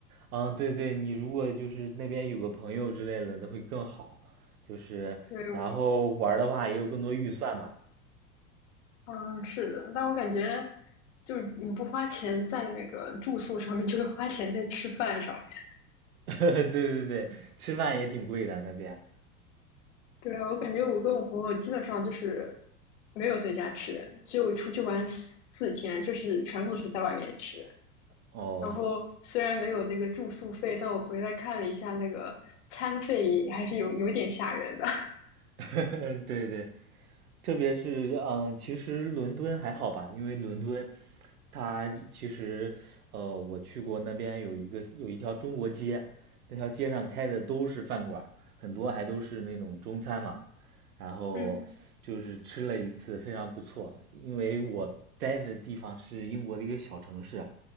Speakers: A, on the right (about 75°); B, on the left (about 55°).
A: 嗯，对对，你如果就是那边有个朋友之类的，那会更好。就是然后玩儿的话也有更多预算嘛，
B: 对，嗯，是的，但我感觉就是你不花钱在那个住宿上面，<laughs> 就是花钱在吃饭上面。
A: <laughs> 对对对，吃饭也挺贵的那边。
B: 对，啊，我感觉我跟我朋友基本上就是没有在家吃，只有出去玩四四天，就是全部都是在外面吃。
A: 哦，
B: 然后虽然没有那个住宿费，但我回来看了一下那个餐费，还是有有点吓人的。
A: <laughs> 对对，特别是嗯、呃其实伦敦还好吧，因为伦敦它其实呃，我去过那边有一个有一条中国街，那条街上开的都是饭馆儿很多还都是那种中餐嘛。然后就是吃了一次，
B: <laughs> 嗯。
A: 非常不错。因为我待的地方是英国的一个小城市，